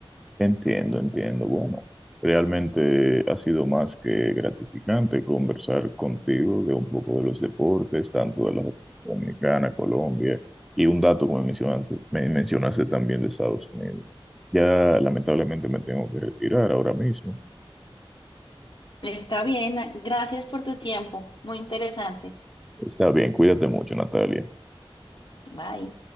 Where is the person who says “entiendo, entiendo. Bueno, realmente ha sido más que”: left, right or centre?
Centre